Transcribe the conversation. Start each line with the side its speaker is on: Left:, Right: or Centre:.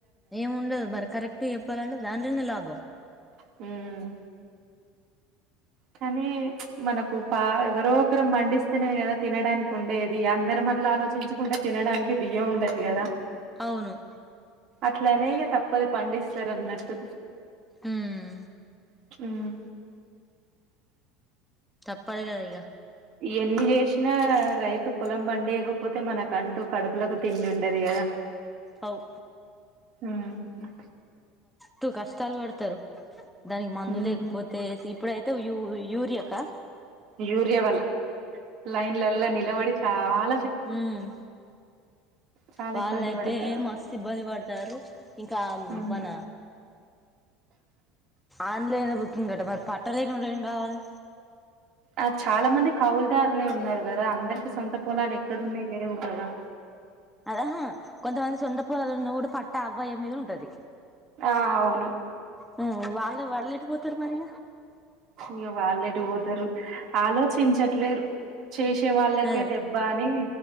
Centre: ఏం ఉండదు మరి కరెక్ట్ చెప్పాలంటే దాంట్లోనే లాభం బ్రం
Right: హూ మ్ కానీ మనకు పా ఎవరో ఒకరం పండిస్తనే కదా తినడానికి ఉండేది. అందరం అట్లా ఆలోచించుకుంటే తినడానికి బియ్యం ఉండదు కదా.
Centre: అవును
Right: అట్లనే తప్పదు పండిస్తరు అన్నట్టు
Centre: ఉమ్
Right: హ్మ్
Centre: తప్పదు కదా ఇగ
Right: ఎన్ని చేసినా రైతు పొలం పండియకపోతే మనకంటూ కడుపులకు తిండి ఉండది కదా.
Centre: అవు
Right: ఉహు
Centre: తూ కస్ ష్టాలు పడతరు దానికి మందు
Right: హ్మ్.
Centre: లేకపోతే ఇప్పుడయి తూ యూ యూరి కా
Right: యూరియా వల్ల లైన్లల్ల నిల్ ఎవరిచ్చినారు
Centre: హ్మ్
Right: చాలా
Centre: వాళ్ళయితే
Right: ఇబ్బంది పడతారు
Centre: మస్తు ఇబ్బంది పడతారు ఇంకా
Right: హ్మ్
Centre: మన ఆన్లైన్ బుకింగ్ మరి ప ట్ట లేనోడు ఏం కావాలె
Right: ఆ చాలా మంది కౌలుదారులే ఉన్నారు కదా అం అందరికి సొంత పొలాలు ఎక్కడన్నాయి లే లెవ్వు కదా
Centre: అహా కొంతమంది సొంత పొలాలు ఉన్న కూ పట్ట అవ్వయ్య మీద ఉంటది
Right: ఆ అవును
Centre: హ్మ్ వాళ్లే వాళ్ళెటు పోతరు మరి
Right: ఇగ వాళ్ళెటు పోతరు ఆలోచించట్లేరు చేశే వాళ్ళకే
Centre: అదే
Right: దెబ్బ అని